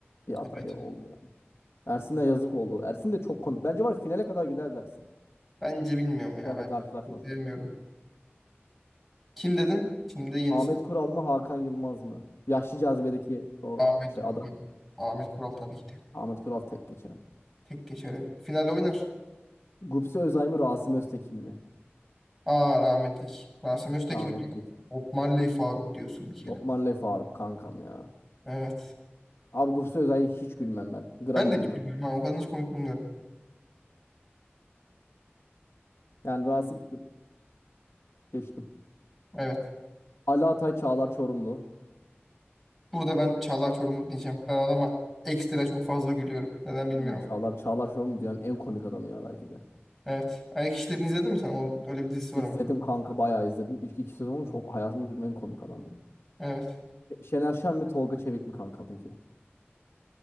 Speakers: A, on the left; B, in the centre.
A: bir
B: evet.
A: aday oldu yani. Ersin'e yazık oldu. Ersin de çok komik. Bence var ya, finale kadar gider dersin.
B: Bence bilmiyorum ya
A: Şen'le
B: ben
A: karşılaşmasın.
B: bilmiyorum. Kim dedin? Şimdi yenisi.
A: Ahmet Kural mı Hakan Yılmaz mı? Yaşlı cazibedeki o
B: Ahmet
A: şey
B: Kural.
A: aday.
B: Ahmet Kural tabii ki de.
A: Ahmet Kural tek geçerim.
B: Tek geçer. Final oynar.
A: Gupse Özay mı Rasim Öztekin mi?
B: Aa rahmetlik. Rasim Öztekin.
A: Rahmetli.
B: Bob Marley Faruk diyorsun bir kere.
A: Bob Marley Faruk kankam ya.
B: Evet.
A: Abi Gupse Özay'a hiç gülmem ben. Gram
B: Ben de
A: gülmem.
B: hiç gülmüyorum. ha, O kadını hiç komik bulmuyorum.
A: Yani Rasim geçtim.
B: Evet.
A: Ali Atay Çağlar Çorumlu.
B: Burada ben Çağlar Çorumlu diyeceğim. Ben adama ekstra çok fazla gülüyorum. Neden bilmiyorum.
A: Evet, Çağlar, Çağlar Şorumlu dünyanın en komik adamı ya belki de.
B: Evet. Ayak İşleri'ni izledin mi sen? O, öyle bir dizisi var
A: İzledim
B: ama.
A: kanka bayağı izledim. İlk iki sezonu çok hayatımda gördüğüm en komik adam ya.
B: Evet.
A: Şener Şen mi Tolga Çevik mi kanka peki?